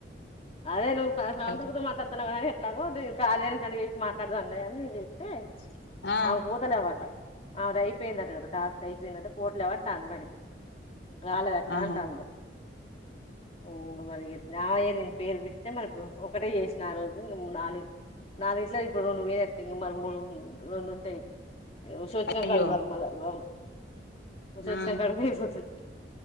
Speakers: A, on the left (about 30°); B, on the left (about 75°).
A: అదే నువ్ క శ్రాంతక్కతో
B: హల్
A: మాట్లాడ్ తన్నవని ఎట్లాగో దిన్ కార్యన్కి అని చేసి మాట్లాడదాం లే అని నిక్ చేతే
B: ఆ
A: ఆమెక్ పోతలేవంట ఆ అది అయిపోయిందంట కదా టాస్క్ అయిపోయిందంట పోవాట్లెన్ అంటాంది మరి రాలేద్క్క
B: ఆహా
A: అంటాంది ఓ మరి గా నాఎ నేన్ పేర్ వేటి మర ఇప్పుడు ఒకటే చేసిన ఆ రోజు ఇంగ ము నాలు నల్గిట్ల ఇప్పుడు రెండు పోయి వత్తాయి ఇంగ మల్ల మూడు రెండు ఉంటాయి వసు వచ్చినంక
B: అయ్యో
A: అడగాలా మల్ల వ వసు వచ్చినంక
B: ఆ
A: అడిగితే అయిపోతది